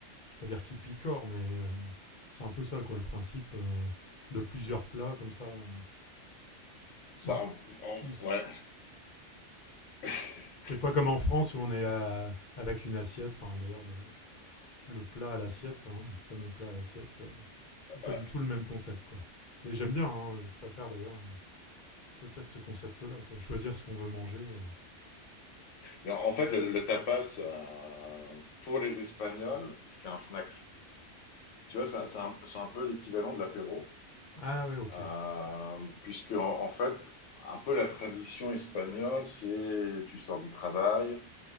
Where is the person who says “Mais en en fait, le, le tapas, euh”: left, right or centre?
Left